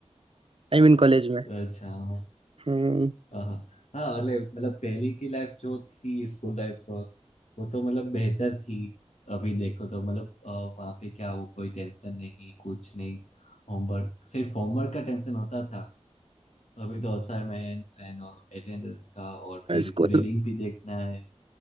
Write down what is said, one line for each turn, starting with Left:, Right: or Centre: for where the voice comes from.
Right: आई मीन कॉलेज में
Left: अच्छा हाँ
Right: हम्म
Left: हाँ हाँ हाँ, और ले- मतलब पहले की लाइफ जो थी स्कूल लाइफ वो तो मतलब बेहतर थी अभी देखो तो मतलब अ, वहाँ पे क्या वो कोई टेंशन नहीं कुछ नहीं होमवर्क सिर्फ होमवर्क का टेंशन होता था अभी तो असाइनमेंट एंड अटेंडेंस का और फिर
Right: स्कूल
Left: ग्रेडिंग भी देखना है